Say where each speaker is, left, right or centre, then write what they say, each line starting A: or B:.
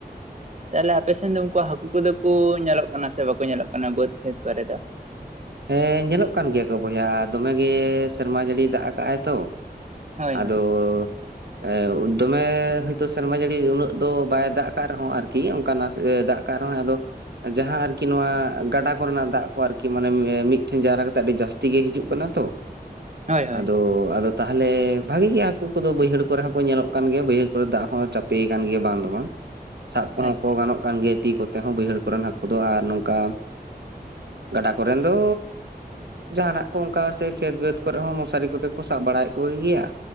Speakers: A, on the right (about 45°); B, on the right (about 80°).
A: ᱛᱟᱞᱮ ᱟᱯᱮᱥᱮᱱ ᱫᱚ ᱩᱱᱠᱩ ᱦᱟᱹᱠᱩ ᱠᱚᱫᱚ ᱠᱚ ᱧᱮᱞᱚᱜ ᱠᱟᱱᱟ ᱥᱮ ᱵᱟᱠᱚ ᱧᱮᱞᱚᱜ ᱠᱟᱱᱟ ᱵᱟᱹᱫᱽ ᱠᱷᱮᱛ ᱠᱚᱨᱮ ᱫᱚ?
B: ᱦᱮᱸ ᱧᱮᱞᱚᱜ ᱠᱟᱱ ᱜᱮᱭᱟ ᱠᱚ ᱵᱚᱭᱦᱟ ᱫᱚᱢᱮᱜ ᱜᱮ ᱥᱮᱨᱢᱟ ᱡᱟᱹᱲᱤᱭ ᱫᱟᱜ ᱠᱟᱜᱼ ᱟᱭ ᱛᱚ ᱾
A: ᱦᱳᱭ
B: ᱟᱫᱚ
A: ᱦᱳᱭ
B: <inaudible> ᱫᱚᱢᱮ ᱦᱳᱭᱛᱚ ᱥᱮᱨᱢᱟ ᱡᱟᱹᱲᱤ ᱩᱱᱟᱹᱜ ᱫᱚ ᱵᱟᱭ ᱫᱟᱜ ᱠᱟᱜ ᱨᱮᱦᱚᱸ ᱟᱨᱠᱤ ᱚᱱᱠᱟ ᱱᱟᱥ <inaudible> ᱫᱟᱜ ᱾ ᱠᱟᱜ ᱨᱮᱦᱚᱭ ᱟᱫᱚ ᱡᱟᱦᱟᱸ ᱟᱨᱠᱤ ᱱᱚᱣᱟ ᱜᱟᱰᱟ ᱠᱚᱨᱮᱱᱟᱜ ᱫᱟᱜ ᱠᱚ ᱟᱨᱠᱤ ᱢᱟᱱᱮ ᱮ ᱢᱤᱫᱴᱷᱮᱱ ᱡᱟᱣᱨᱟ ᱠᱟᱛᱮᱜ ᱟᱹᱰᱤ ᱡᱟᱹᱥᱛᱤ ᱜᱮ ᱦᱤᱡᱩᱜ ᱠᱟᱱᱟ ᱛᱚ
A: ᱦᱳᱭ ᱦᱳᱭ
B: ᱟᱫᱚ ᱟᱫᱚ ᱛᱟᱦᱚᱞᱮ ᱵᱷᱟᱜᱮ ᱜᱮᱭᱟ ᱦᱟᱹᱠᱩ ᱠᱚᱫᱚ ᱵᱟᱹᱭᱦᱟᱹᱲ ᱠᱚᱨᱮ ᱦᱚᱸᱠᱚ ᱧᱮᱞᱚᱜ ᱠᱟᱱ ᱜᱮᱭᱟ ᱵᱟᱹᱭᱦᱟᱹᱲ ᱠᱚᱨᱮ ᱫᱟᱜᱽ ᱦᱚᱸ ᱪᱟᱯᱮ ᱠᱟᱱ ᱜᱮᱭᱟ ᱵᱟᱝ ᱫᱚ ᱵᱟᱝ᱾
A: <inaudible>
B: ᱥᱟᱵ ᱠᱚᱦᱚᱸ
A: ᱟᱪᱪᱷᱟ
B: ᱠᱚ ᱜᱟᱱᱚᱜ ᱠᱟᱱ ᱜᱮᱭᱟ ᱛᱤ ᱠᱚᱛᱮ ᱦᱚᱸ ᱵᱟᱹᱭᱦᱟᱹᱲ ᱠᱚᱨᱮᱱ ᱦᱟᱹᱠᱩ ᱫᱚ ᱟᱨ ᱱᱚᱝᱠᱟ ᱜᱟᱰᱟ ᱠᱚᱨᱮᱱ ᱫᱚ ᱡᱟᱦᱟᱸᱱᱟᱜ ᱠᱚ ᱚᱝᱠᱟ ᱥᱮ ᱠᱷᱮᱛ ᱵᱟᱹᱫᱽ ᱠᱚᱨᱮ ᱦᱚᱸ ᱢᱚᱥᱟᱨᱤ ᱠᱚᱛᱮ ᱠᱚ ᱥᱟᱵ ᱵᱟᱲᱟᱭᱮᱜ ᱠᱚ ᱜᱮᱭᱟ᱾